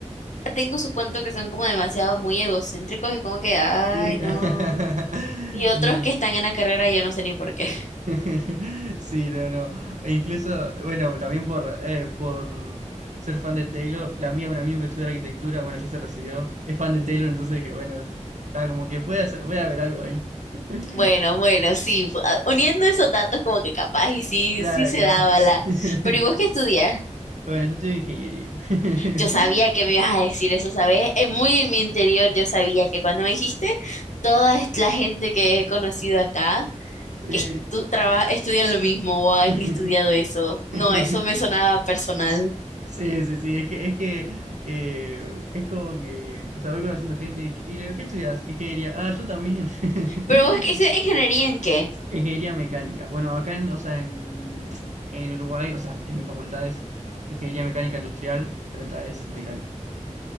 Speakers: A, on the left; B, on the right.
A: tengo sus cuentos que son como demasiado muy egocéntricos, es como que, ay,
B: Sí.
A: no.
B: <laughs>
A: Y otros
B: No.
A: que están en la carrera, yo no sé ni por qué.
B: <laughs> Sí, no, no. E incluso, bueno, también por, eh, por ser fan de Taylor, la mía, un amigo que estudia arquitectura, bueno, ya se recibió, es fan de Taylor, entonces dije, bueno, está como que puede, ser- puede haber algo ahí. <laughs>
A: Bueno, bueno, sí, bu- ah, uniendo esos datos como que capaz y sí,
B: Claro,
A: sí se
B: claro.
A: daba la...
B: <laughs>
A: Pero ¿y vos qué estudias?
B: Bueno, yo estudio ingeniería. <laughs>
A: Yo sabía que me ibas a decir eso, ¿sabes? Eh, Muy en mi interior yo sabía que cuando me dijiste, toda es- la gente que he conocido acá,
B: Sí.
A: que estu- traba- estudian lo mismo o han
B: <laughs>
A: estudiado eso. No,
B: <laughs>
A: eso me sonaba personal.
B: Sí, sí, sí, es que, es que eh, es como que, o sea, voy conociendo gente y, y le digo, ¿qué estudias? Ingeniería. Ah, yo también. <laughs>
A: Pero vos qué estudias ingeniería en qué?
B: Ingeniería mecánica. Bueno, acá en, o sea, en, en Uruguay, o sea, en mi facultad es ingeniería mecánica industrial, pero esta es mecánica.